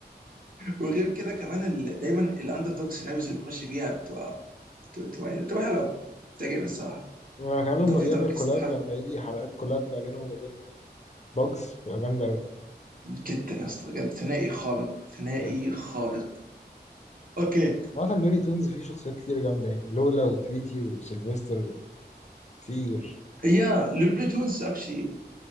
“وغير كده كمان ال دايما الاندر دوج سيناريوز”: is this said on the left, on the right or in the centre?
Right